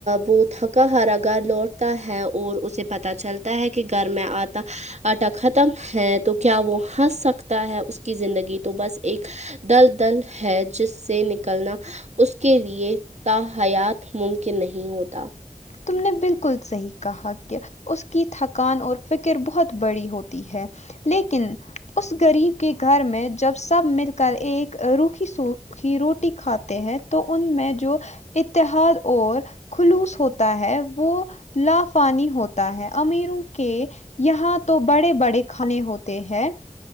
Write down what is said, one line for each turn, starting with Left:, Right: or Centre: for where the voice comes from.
Right: وہ تھکا ہرا گھر لوٹتا ہے اور اسے پتہ چلتا ہے کہ گھر میں آتا آٹا ختم ہے تو کیا وہ ہنس سکتا ہے اس کی زندگی تو بس ایک دل دل ہے جس سے نکلنا اس کے لیے تا حیات ممکن نہیں ہوتا
Left: تم نے بالکل صحیح کہا کہ اس کی تھک کان اور فکر بہت بڑی ہوتی ہے لیکن اس غریب کے گھر میں جب سب مل کر ایک روکھی سوکھی روٹی کھاتے ہیں تو ان میں جو اتحاد اور خلوص ہوتا ہے وہ لافانی ہوتا ہے امیروں کے یہاں تو بڑے بڑے کھانے ہوتے ہیں